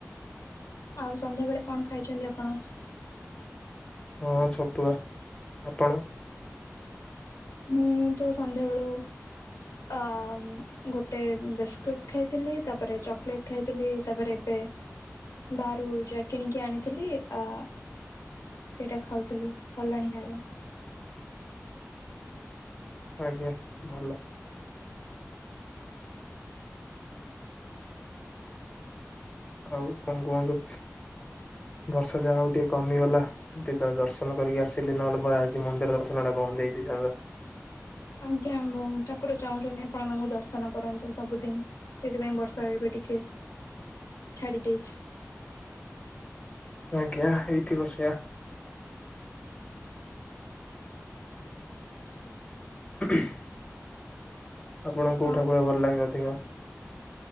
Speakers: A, on the left (about 80°); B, on the left (about 20°).
A: ଆଉ ସନ୍ଧ୍ୟାବେଳେ କଣ ଖାଇଚନ୍ତି ଆପଣ?
B: ହଁ ଛତୁଆ ଆପଣ।
A: ମୁଁ ତ ସନ୍ଧ୍ୟାବେେଳୁ ଅ ଗୋଟେ ବିସ୍କୁଟ୍ ଖାଇଥିଲି, ତାପ୍ରେ ଚକଲେଟ୍ ଖାଇଥିଲି, ତାପ୍ରେ ଏ ବାହାରୁ ଯା କିଣିକି ଆଣିଥିଲି ଆ ସେଇଟା ଖାଉଥିଲି ସର୍ଲାଣି ଖାଇବା।
B: ଆଜ୍ଞା ଭଲ। ଆଉ କଂ କୁହନ୍ତୁ ବର୍ଷା ଯାହା ହଉ ଟିକେ କମିଗଲା। ଦିନର ଦର୍ଶନ କରିକି ଆସିଲି ନହେଲେ ଆଜି ମନ୍ଦିର ଦର୍ଶନ ଟା ବନ୍ଦ ହେଇଯାଇଥାନ୍ତା।
A: ଆଜ୍ଞା ହଁ ଠାକୁର ଚାହୁଁଛନ୍ତି ଆପଣ ତାଙ୍କୁ ଦର୍ଶନ କରନ୍ତୁ ସବୁଦିନ। ଏଥିପାଇଁ ବର୍ଷା ଏବେ ଟିକେ ଛାଡି ଯାଇଚି।
B: ଆଜ୍ଞା ହେଇଥିବ ସେଇଆ। <inaudible> ଆପଣଙ୍କୁ କୋଉ
A: ଆଉ
B: ଠାକୁର ଭଲ ଲାଗେ ଅଧିକ?